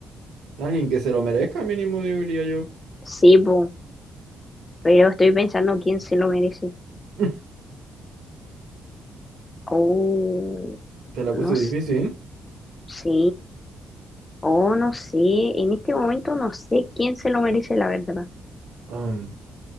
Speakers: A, on the right; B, on the left.
A: Alguien que se lo merezca, mínimo, diría yo.
B: sí, po, pero estoy pensando quién se lo merece.
A: <laughs>
B: Oh,
A: Te la
B: no
A: puse difícil.
B: sé. Oh, no sé, en este momento no sé quién se lo merece, la verdad.
A: Um,